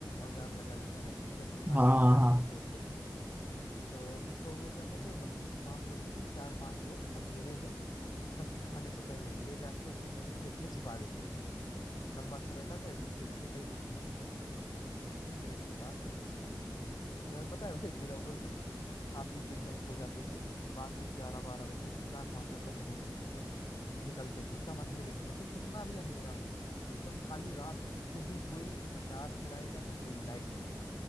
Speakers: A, on the left (about 70°); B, on the right (about 20°).
A: औजार लगा रहता है जिसे फंसा
B: हाँ
A: के
B: हाँ
A: डाली
B: हाँ
A: से तोड़ते हैं तो उसको हम लोग क्या करते हैं लंबी सी बांस रहती थी चार पांच लोग अंधेरे में सबके खाने से पहले ले जाके उसको कहीं खेत में छिपा देते थे लंबा सा रहता था ऐसे खेत में कहीं मेड़ के पास रख देते थे उसके बाद पता है भाई फिर हम लोग जब सब खा पी के एकदम सो जाते थे रात के ग्यारह बारह बजे चार पांच लोग का हम लोग का ग्रुप होता था निकलते थे एकदम अंधेरे में मतलब कितना भी अंधेरा हो एकदम काली रात हो फिर भी कोई न टार्च जलाएगा ना कोई लाइट जलाएगा